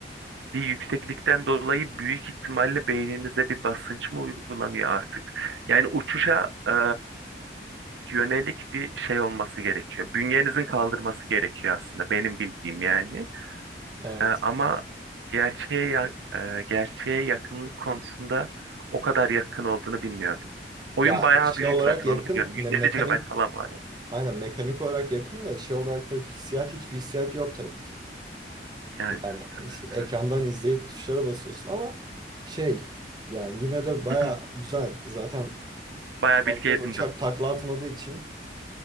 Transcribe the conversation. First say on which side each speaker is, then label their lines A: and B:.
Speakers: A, on the right; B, on the right.
A: bir yükseklikten dolayı büyük ihtimalle beyninize bir basınç mı uygulanıyor artık? Yani uçuşa e, yönelik bir şey olması gerekiyor. Bünyenizin kaldırması gerekiyor aslında benim bildiğim yani.
B: Evet.
A: Ee, ama gerçeğe ya- e, gerçeğe yakınlık konusunda o kadar yakın olduğunu bilmiyordum. Oyun
B: Ya
A: bayağı
B: şey
A: büyük
B: olarak
A: zaten
B: yakın
A: onu biliyorum.
B: me-
A: 150
B: mekanik
A: GB falan var ya.
B: aynen mekanik olarak yakın da şey olarak tabii hissiyat hiçbir hissiyat yok tabii ki.
A: Yani
B: Yani
A: tabii
B: hiç- ekrandan
A: evet.
B: izleyip tuşlara basıyorsun ama şey yani yine de baya
A: <clears throat>
B: güzel. Zaten
A: Bayağı
B: kullandığın
A: bilgi edindim.
B: uçak takla atmadığı için